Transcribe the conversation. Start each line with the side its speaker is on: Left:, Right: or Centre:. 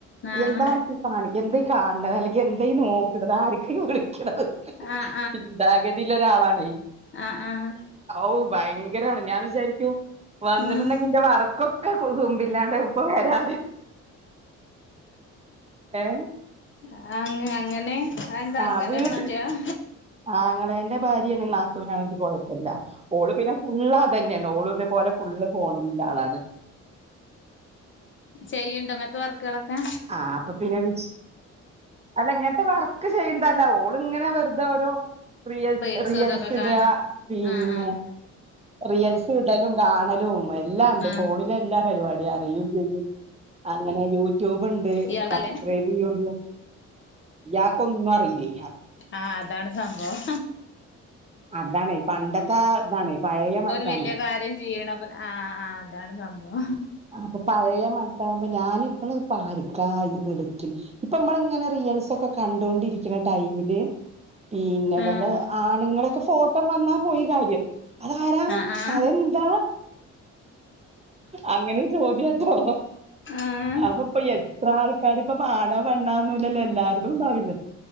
Left: ആഹ്
Right: എന്താണ് ന്തേ കാണ എന്തേ കാണത് അല്ലെങ്കിൽ എന്തേ നോക്കണത് ആർക്കെയ വിളിക്കണത്
Left: ആഹ്
Right: ചിന്താഗതിയിലൊരാളാണ്
Left: ആഹ്‌ ആഹ്‌
Right: ഔ ഭയങ്കരാണ് ഞാൻ വിചാരിക്കും വന്ന്ട്ടുണ്ടെങ്കി
Left: ഉം
Right: ന്റെ വർക്കൊ <unintelligible> കുമ്പില്ലാണ്ട് ഉപ്പ വരാ. എഹ്‌
Left: ആഹ്‌ അങ്ങ് അങ്ങനെ അതെന്താ
Right: ആഹ്‌
Left: അങ്ങനെ
Right: വീട്ട്ൽ
Left: ഒരു സംശയം
Right: ആങ്ങെളന്റെ ഭാര്യയാണ് നാത്തുനാണെങ്കി കൊഴപ്പല്ല. ഓള് പിന്നെ ഫുള്ള് അതന്നെയാണ് ഓള് ഇതേപോലെ ഫുള്ള് ഫോണിന്റെളാണ്.
Left: ചെയ്യ്ണ്ടോ ങ്ങൻത്തെ വർക്കുകളൊക്കെ?
Right: ആഹ്‌ അപ്പൊ പിന്നെ വി അല്ല ഇങ്ങൻത്തെ വർക്ക് ചെയ്യന്തല്ല ഓള് ങ്ങനെ വെർതെ ഓരോ റിയൽസ്
Left: റീൽസും
Right: റിയൽസ്ടാ
Left: ഇതൊക്കെ കാണാ
Right: പിന്നെ.
Left: ആഹ് ആഹ്
Right: റിയൽസ് ഇടലും കാണലും എല്ലാണ്ട്
Left: ആഹ്
Right: ഫോണിലെല്ലാ പരിപാടിയും അറിയും. <unintelligible> അങ്ങനെ യൂട്യൂബ് ണ്ട്
Left: ഇയാൾക്കല്ലേ
Right: സബ്സ്ക്രൈ <unintelligible> ഇയാക്ക് ഒന്നും അറിലേ.
Left: ആഹ്‌ അതാണ് സംഭവം.
Right: അതാണേ പണ്ടത്താ താണ് പഴയ മട്ടം.
Left: വല്യ കാര്യം ചെയ്യണപ്പൊ ആഹ്‌ ആഹ്‌ അതാണ് സംഭവം.
Right: അപ്പൊ പഴയ മനസാവുമ്പോ ഞാന് ഇവള് പാര്ക്കാ ഇ വിളിക്ക്ണേ. ഇപ്പൊ മ്മള്ങ്ങനെ റിയൽസൊക്കെ കണ്ടോണ്ടിരിക്ക്ണ ടൈമില് പിന്നെ വല്ല
Left: ആഹ്
Right: ആണ്ങ്ങളൊക്കെ ഫോട്ടം വന്നാ പോയി കാര്യം. അതാരാ
Left: ആഹ് ആഹ്
Right: അതെന്താ? അങ്ങനെ ചോദ്യട്ടോ?
Left: ആഹ്
Right: അപ്പൊ ഇപ്പ എത്ര ആൾക്കാര് പ്പോ ആണാ പെണ്ണാന്നുല്ലല്ലോ എല്ലാർതും ണ്ടാവില്ലേ.